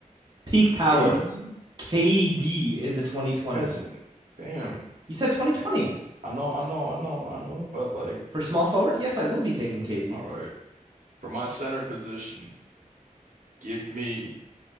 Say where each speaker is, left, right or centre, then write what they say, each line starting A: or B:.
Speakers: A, on the right; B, on the right.
A: Peak power,
B: KD
A: KD in the 2020s.
B: hasn't. Damn.
A: You said 2020s.
B: I know, I know, I know, I know. But like,
A: For small forward? Yes, I will be taking KD.
B: all right. For my center position, give me